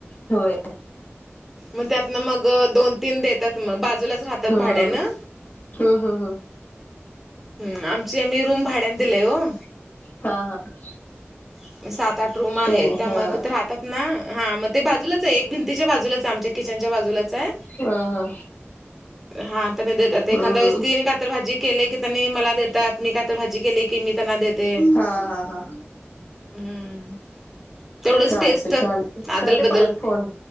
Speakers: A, on the left; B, in the centre.
A: होय.
B: मग त्यातन मग दोन, तीन, देतात मग बाजूलाऽऽ राहतात
A: हम्म
B: भाड्या नंऽ
A: हम्म हम्म हम्म
B: ह,, आमचे आम्ही रूम भाड्यान दिलय ओऽ
A: हा, हा,
B: सात, आठ, रूम आहे,
A: त्यांनी
B: त्यामुळे
A: हा
B: तीत राहतात ना, हा मग ते बाजूलाच आहे, एक भिंतीच्या बाजूलाच आहे, आमच्या किचनच्या बाजूलाच आहे,,
A: हा हा
B: हां, तर नाही देतात एखादा्या
A: हम्म
B: वेळीच तीनऽऽ तर भाजी केले की त्यांनी मला देतात, मी कायतर भाजी केलीऽऽ कि मी त्यांना देते,
A: हा हा हा
B: हम्म तेवढच
A: चालते
B: टेस्ट,
A: चालते
B: आदलबदल
A: करते परत फोन